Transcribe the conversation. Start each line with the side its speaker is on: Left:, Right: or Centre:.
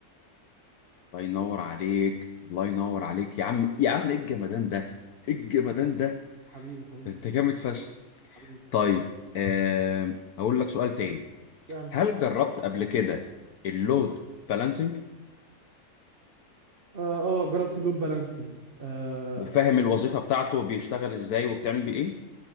Left: الله ينور عليك الله ينور عليك يا عم يا عم ايه الجمدان ده ايه الجمدان ده
Right: حبيبي حبيبي
Left: ده انت جامد فشخ
Right: حبيبي
Left: طيب آه، اقول لك سؤال تاني
Right: اسألني
Left: هل جربت قبل كده اللود بالانسنج
Right: اه اه جربت اللود بالانسنج آه
Left: وفاهم الوظيفة بتاعته بيشتغل ازاي وبتعمل بيه ايه